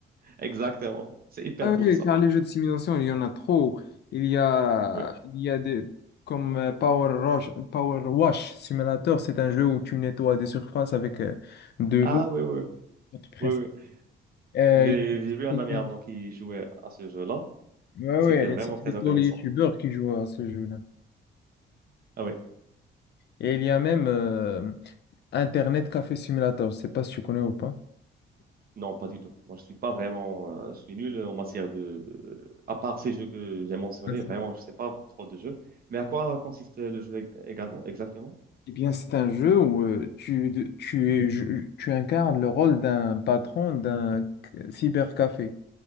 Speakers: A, on the right (about 50°); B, on the left (about 60°).
A: Exactement. C'est hyper
B: Ah
A: cool,
B: oui,
A: ça.
B: car les jeux de simulation, il y en a trop. Il y a,
A: Oui.
B: il y a des, comme euh, Power Rush- Power Wash Simulator, c'est un jeu où tu nettoies des surfaces avec euh, de
A: Ah,
B: l'eau.
A: oui, oui.
B: pour te presser.
A: Oui, oui.
B: Euh,
A: J'ai j'ai vu un
B: il-
A: ami à moi qui jouait à ce jeu-là.
B: ouais,
A: C'était
B: ouais,
A: vraiment
B: c'est plutôt
A: très intéressant.
B: les youtubeurs qui jouent à ce jeu-là.
A: Ah oui,
B: Et il y a même euh, Internet Café Simulator, je sais pas si tu connais ou pas.
A: non, pas du tout. Moi, je suis pas vraiment, euh, je suis nul en matière de, à part ces jeux que j'ai mentionnés,
B: Vincent.
A: vraiment, je sais pas trop de jeux. Mais à quoi consiste le jeu ég- également, exactement?
B: Eh bien, c'est un jeu où euh, tu, tu, tu incarnes le rôle d'un patron d'un cybercafé.